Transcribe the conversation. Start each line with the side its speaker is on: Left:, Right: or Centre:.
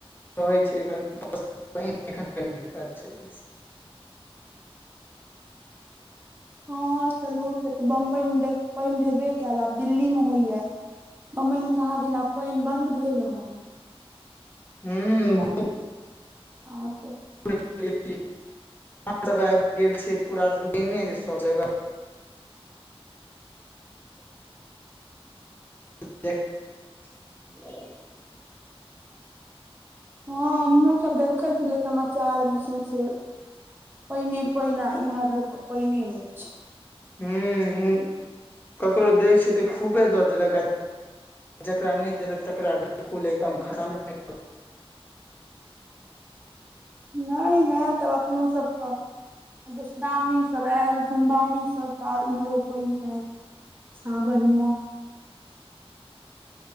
Left: रहै छै एखन पाइन के दिक्कत छै तैसे
Right: हँ चलू से तऽ बम्बई मे देख पाइन भेबे कयल आब दिल्ली मे होइया बम्बई मे कहाँ दिन आब पानि बन्द भेल हन
Left: हूँ
Right: आब तऽ
Left: बाढ़ि सब आबि गेल छै पूरा डुबेने छै सब जगह <inaudible>
Right: हँ हमहूँ सब देखै छेलियै समाचारमे सौंसे पाइने पाइन आ इम्हर लोक के पाइने नहि छै
Left: हूँ ककरो दै छै तऽ खूबे दऽ देलक जकरा नै देलक तकरा बिल्कुल एकदम खतमे
Right: नै हँ तब अपनो सबके मधुश्रावणी सभ आयल सोमवारी सभ तऽ आब इम्हरो पाइन होयत सावन मे